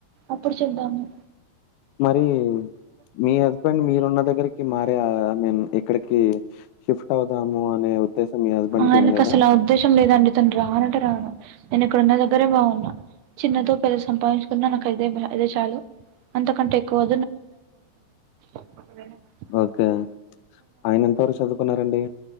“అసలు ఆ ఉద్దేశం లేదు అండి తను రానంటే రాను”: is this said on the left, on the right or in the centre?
Right